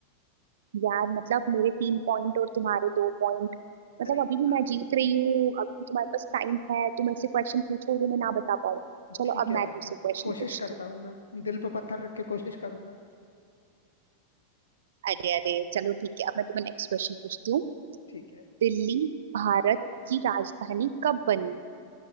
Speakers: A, on the right (about 60°); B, on the left (about 70°).
A: यार मतलब मेरे तीन पॉइंट और तुम्हारे दो पॉइंट मतलब
B: अरे यार
A: अभी भी मैं जीत रही हूँ अभी भी तुम्हारे पास टाइम है तुम ऐसे क्वेश्चन पूछो जो मैं ना बता पाऊँ चलो
B: ठीक
A: अब
B: है यार
A: मैं तुमसे
B: मैं
A: क्वेश्चन
B: कोशिश
A: पूछती
B: करता हूँ मैं दिल पे पत्थर रख के कोशिश करूंगा
A: हूँ अरे अरे चलो ठीक है अब मैं तुम्हें नेक्स्ट क्वेश्चन पूछती हूँ
B: ठीक है
A: दिल्ली भारत की राजधानी कब बनी